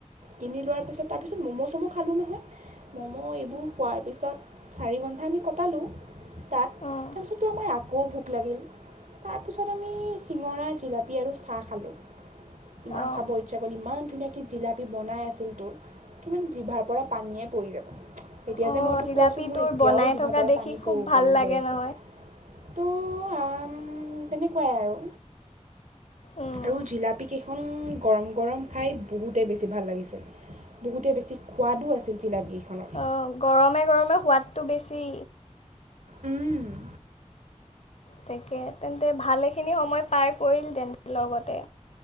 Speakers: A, on the right; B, on the left.
A: কিনি লোৱাৰ পিছত তাৰপিছত ম'ম' চ'ম' খালোঁ নহয়। ম'ম' এইবোৰ খোৱাৰ পিছত চাৰি ঘণ্টা আমি কটালোঁ তাত।
B: উম
A: তাৰপিছততো আমাৰ আকৌ ভোক লাগিল। তাৰপিছত আমি চিঙৰা জিলাপী আৰু চাহ খালোঁ। ইমান
B: অ'
A: খাব ইচ্ছা কৰিল ইমান ধুনীয়াকে জিলাপি বনাই আছিল তোৰ কিমান জিভাৰ পৰা পানীয়ে পৰি যাব। এতিয়া
B: অ'
A: যে মই তোক
B: জিলাপি
A: কৈছোঁ মোৰ
B: তোৰ
A: এতিয়াও
B: বনাই
A: জিভাৰ
B: থকা
A: পৰা
B: দেখি
A: পানী
B: খুব
A: পৰো
B: ভাল
A: পৰো
B: লাগে
A: হৈ আছে।
B: নহয়।
A: তো আম তেনেকুৱাই আৰু।
B: উম
A: আৰু জিলাপী কেইখন গৰম গৰম খাই বহুতেই বেছি বেছি ভাল লাগিছিল, বহুতেই বেছি সোৱাদো আছিল জিলাপী কেইখনত।
B: অ', গৰমে গৰমে সোৱাদটো বেছি।
A: উম।
B: তাকেহে তেন্তে, ভালেখিনি সময় পাৰ কৰিল তেন্তে, লগতে।